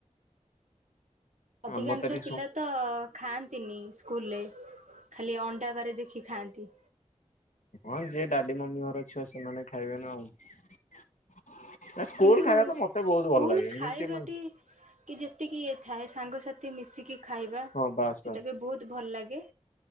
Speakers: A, on the right; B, on the left.
A: ଅଧିକାଂଶ
B: ଆମ ତ ଏଠି
A: ପିଲା ତ ଖାଆନ୍ତିନି ସ୍କୁଲରେ ଖାଲି ଅଣ୍ଡା ବାରି ଦେଖି କି ଖାଆନ୍ତି।
B: ହଁ ଯିଏ ଡାଡି ମମି ଘର ଛୁଆ ସେମାନେ ଖାଇବେ ନା ଆଉ। ନା ସ୍କୁଲ
A: କିନ୍ତୁ
B: ଖାଇବା ତ ମତେ ବହୁତ
A: ସ୍କୁଲ
B: ଭଲ ଲାଗେ ଏମିତି
A: ଖାଇବାଟି
B: ମାନେ
A: କି ଯେତିକି ଇଏ ଥାଏ ସାଙ୍ଗସାଥି ମିଶିକି ଖାଇବା
B: ହଁ ବାସ୍
A: ସେଟା
B: ବାସ୍
A: ବି ବହୁତ ଭଲ ଲାଗେ।